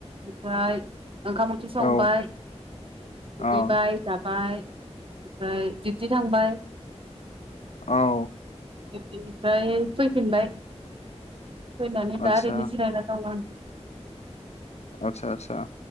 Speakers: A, on the right; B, on the left.
A: ओमफ्राय ओंखाम ओंख्रि संबाय
B: औ
A: दुगैबाय
B: अ
A: जाबाय ओमफ्राय दिउथि थांबाय
B: औ।
A: दिउथिनिफ्राय फैफिनबाय फैनानै
B: आदसा
A: दा ओरैनो जिरायना दं आं
B: आतसा आतसा